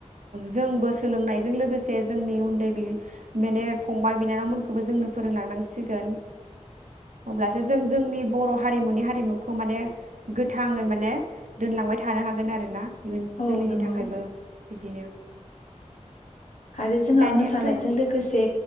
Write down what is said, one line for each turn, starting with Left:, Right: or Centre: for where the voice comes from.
Right: जोंबो सोलोंनायजों लोगोसे जोंनि उन्दै माने फंबाय बिनानावमोनखौबो जोंनो फोरोंलांनांसिगोन अब्लासो जों जोंनि बर' हारिमुनि हारिमुखौ माने गोथाङै माने दोनलांबाय थानो हागोन आरो ना इुन
Left: औ
Right: जोलैनि
Left: नंगौ
Right: थाखायबो बिदिनो
Left: आरो जोंहा
Right: दानियाथ'
Left: मोसानाय जों लोगोसे